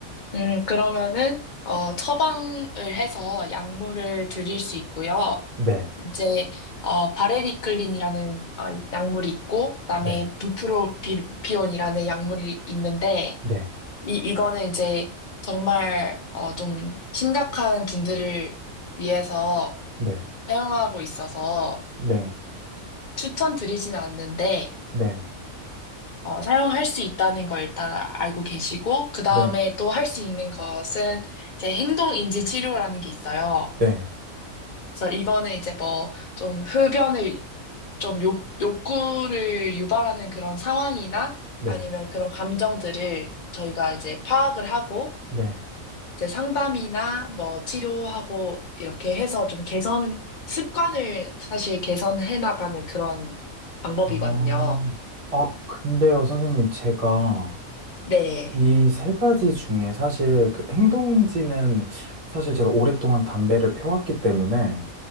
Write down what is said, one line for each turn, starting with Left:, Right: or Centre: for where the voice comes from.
Left: 음, 그러면은, 어, 처방을 해서 약물을 드릴 수 있고요.
Right: 네,
Left: 이제 어, 바레리클린이라는 어, 약물이 있고 그다음에
Right: 네,
Left: 부프로피온이라는 약물이 있는데
Right: 네,
Left: 이 이거는 이제 정말 어, 좀 심각한 분들을 위해서
Right: 네,
Left: 사용하고 있어서
Right: 네,
Left: 추천드리진 않는데
Right: 네,
Left: 어, 사용할 수 있다는 걸 일단 알고 계시고 그다음에
Right: 네,
Left: 또 할 수 있는 것은 이제 행동인지 치료라는 게 있어요.
Right: 네,
Left: 그래서 이거는 이제 뭐 좀 흡연을 좀 욕, 욕구를 유발하는 그런 상황이나
Right: 네.
Left: 아니면 그런 감정들을 저희가 이제 파악을 하고
Right: 네.
Left: 이제 상담이나 뭐 치료하고 이렇게 해서 좀 개선, 습관을 사실 개선해 나가는 그런 방법이거든요.
Right: 아, 아, 근데요, 선생님, 제가
Left: 네,
Right: 이 세 가지 중에 사실 그 행동인지는 사실 제가 오랫동안 담배를 펴왔기 때문에